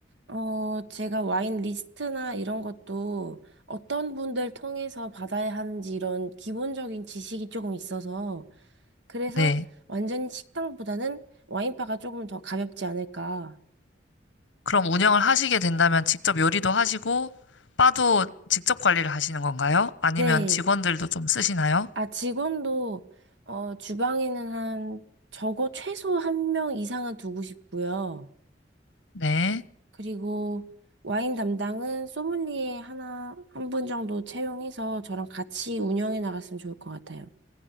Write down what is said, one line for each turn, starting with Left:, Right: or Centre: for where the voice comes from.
Right: 어 제가 와인 리스트나 이런 것도 어떤 분들 통해서 받아야 하는지 이런 기본적인 지식이 조금 있어서 그래서
Left: 네.
Right: 완전히 식당보다는 와인바가 조금 더 가볍지 않을까.
Left: 그럼 운영을 하시게 된다면 직접 요리도 하시고, 바도 직접 관리를 하시는 건가요? 아니면
Right: 네.
Left: 직원들도 좀 쓰시나요?
Right: 아, 직원도, 어, 주방에는 한, 적어 최소 한 명 이상은 두고 싶고요.
Left: 네.
Right: 그리고 와인 담당은 소믈리에 하나, 한 분 정도 채용해서 저랑 같이 운영해 나갔으면 좋을 것 같아요.